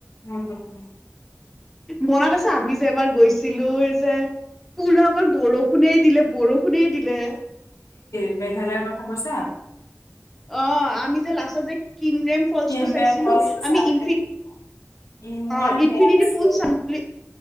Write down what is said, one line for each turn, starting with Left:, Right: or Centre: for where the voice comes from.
Left: উম হম।
Centre: মনত আছে আমি যে এবাৰ গৈছিলো এই যে পুৰা অকল বৰষুণেই দিলে। বৰষুণেই দিলে।
Left: মেঘালয়ৰ কথা কৈছা।
Centre: অ আমি যে লাষ্টত যে। কিনৰেম ফলচ
Left: চিন্ময়
Centre: চাইছিলো
Left: ফলচ
Centre: আমি
Left: চাই
Centre: ইফিনি
Left: আহিলো। ইমান
Centre: অ ইনফিনিটি
Left: বেয়া আছিলে
Centre: পুল চাম বুলি।